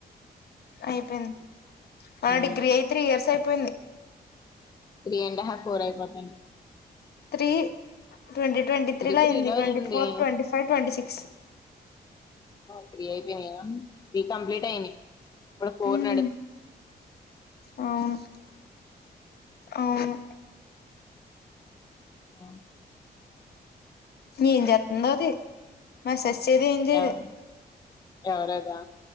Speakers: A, on the left; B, on the left.
A: అయిపోయింది మన
B: ఉమ్,
A: డిగ్రీ అయి త్రీ ఇయర్స్ అయిపోయింది
B: త్రీ అండ్ హాఫ్ ఫర్ అయిపోతాను
A: త్రీ ట్వంటీ ట్వంటీ త్రీలో
B: త్రీ
A: అయ్యింది
B: లో
A: ట్వంటీ
B: అయింది
A: four twenty five twenty six
B: three అయిపోయినాయా త్రీ కంప్లీట్ అయినయ్ ఇప్పుడు ఫోర్
A: ఉమ్
B: నడు
A: అవును అవును
B: అవు
A: న ఏం చెస్తుంద అది మ సస్ ది ఏం చేయదు
B: ఎవ- ఎవరదా